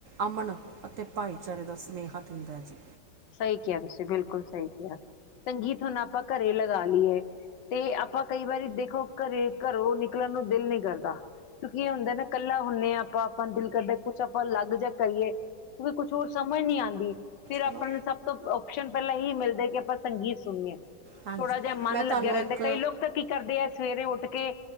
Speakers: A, on the right (about 65°); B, on the left (about 90°).
A: ਅਮਨ ਅਤੇ ਭਾਈਚਾਰੇ ਦਾ ਸੁਨੇਹਾ ਦਿੰਦਾ ਜੀ।
B: ਸਹੀ ਕਿਹਾ ਤੁਸੀਂ, ਬਿਲਕੁਲ ਸਹੀ ਕਿਹਾ, ਸੰਗੀਤ ਹੁਣ ਆਪਾਂ ਘਰੇ ਲਗਾ ਲਈਏ। ਤੇ ਆਪਾਂ ਕਈ ਵਾਰੀ, ਦੇਖੋ ਘਰੇ, ਘਰੋਂ ਨਿਕਲਣ ਨੂੰ ਦਿਲ ਨਹੀਂ ਕਰਦਾ। ਕਿਉਂਕਿ ਇਹ ਹੁੰਦਾ ਨਾ, ਇਕੱਲਾ ਹੁੰਦੇ ਹਾਂ ਆਪਾਂ, ਆਪਾਂ ਨੂੰ ਦਿਲ ਕਰਦੇ ਕੁੱਛ ਆਪਾਂ ਅਲੱਗ ਜਿ ਕਰੀਏ ਕਿਉਕਿ, ਕੁਛ ਹੋਰ ਸਮਝ ਨੀ ਆਉਂਦੀ। ਫਿਰ ਆਪਾਂ
A: ਚਲੋ
B: ਨੂੰ ਸਭ ਤੋਂ ਉਪਸ਼ਨ, ਪਹਿਲਾਂ ਇਹੀ ਮਿਲਦਾ ਕਿ ਆਪਾਂ ਸੰਗੀਤ ਸੁਣੀਏ
A: ਹਾਂਜੀ
B: ਥੋੜਾ ਜਿਹਾ ਮਨ
A: ਮੈਂ ਤੁਹਾਨੂੰ
B: ਲੱਗਿਆ ਰਹਿੰਦਾ,
A: ਇੱਕ
B: ਕਈ ਲੋਕ ਤਾਂ ਕੀ ਕਰਦੇ ਆ ਸਵੇਰੇ ਉੱਠ ਉੱਠ ਕੇ,